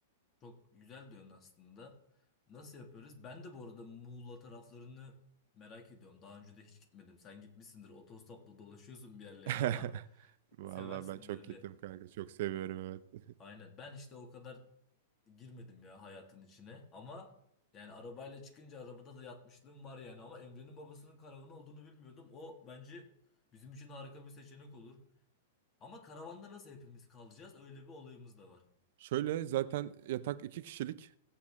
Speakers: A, on the left; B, on the right.
A: Çok güzel diyorsun aslında. Nasıl yaparız? Ben de bu arada Muğla taraflarını merak ediyorum. Daha önce de hiç gitmedim. Sen gitmişsindir, otostopla dolaşıyorsun bir yerlere
B: <laughs>
A: ama
B: Vallahi
A: seversin
B: ben çok
A: öyle.
B: gittim kanka. Çok seviyorum evet.
A: Aynen. Ben işte o kadar girmedim ya hayatın içine. Ama yani arabayla çıkınca arabada da yatmışlığım var yani. Ama Emre'nin babasının karavanı olduğunu bilmiyordum. O bence bizim için harika bir seçenek olur. Ama karavanda nasıl hepimiz kalacağız? Öyle bir olayımız da var.
B: Şöyle zaten yatak iki kişilik.